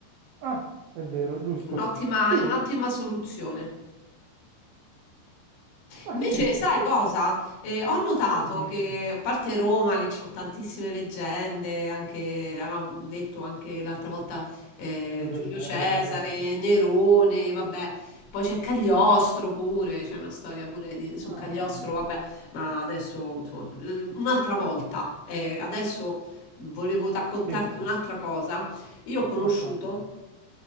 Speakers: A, on the right (about 75°); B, on the left (about 70°).
A: Ah, è vero, giusto.
B: Un'ottima
A: Sì,
B: è un'ottima soluzione.
A: ah
B: Invece,
A: sì,
B: sai cosa? Eh, ho notato
A: dimmi,
B: che, a parte Roma, che ha tantissime leggende, anche, l'avevamo detto anche l'altra volta, eh,
A: Giulio
B: Giulio
A: Cesare.
B: Cesare, Nerone, vabbè. Poi c'è Cagliostro pure, c'è una storia pure di- su
A: Ah,
B: Cagliostro, vabbè, ma adesso, insomma, l- un'altra volta. Eh, adesso volevo raccontarti
A: sì,
B: un'altra cosa. Io ho conosciuto
A: racconta.